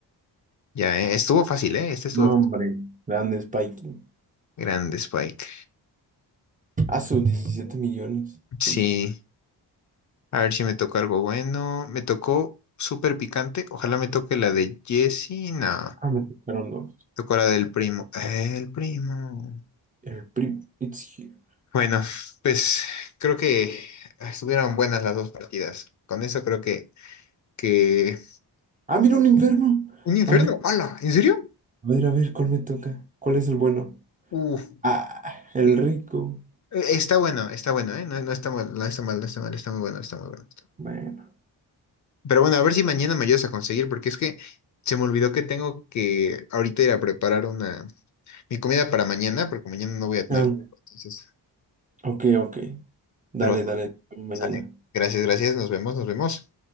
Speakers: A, on the left; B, on the right.
A: Ya, ¿eh? Estuvo fácil, ¿eh? Este estuvo
B: No, hombre. Grande Spikey.
A: grande, Spike.
B: Ah, sus 17 millones.
A: Sí.
B: Híjole.
A: A ver si me tocó algo bueno. Me tocó súper picante. Ojalá me toque la de Jesse. No.
B: Ah, me tocaron dos.
A: Tocó la del primo. Eh, El primo.
B: El primo It's here.
A: Bueno, pues creo que estuvieron buenas las dos partidas. Con eso creo que, que...
B: Ah, mira un inferno.
A: ¿Un infierno?
B: A ver,
A: ¡Hala! ¿En serio?
B: a ver, a ver, ¿cuál me toca? ¿Cuál es el bueno?
A: Uf.
B: Ah, el
A: Eh,
B: rico.
A: Está bueno, está bueno, ¿eh? No, no está mal, no está mal, no está mal, está muy bueno, está muy bueno. está-
B: Bueno.
A: Pero bueno, a ver si mañana me ayudas a conseguir, porque es que se me olvidó que tengo que ahorita ir a preparar una... mi comida para mañana, porque mañana no voy a tener...
B: Ah,
A: Entonces,
B: ok, ok. Dale,
A: pero bueno,
B: dale, mañana.
A: sale. Gracias, gracias, nos vemos, nos vemos.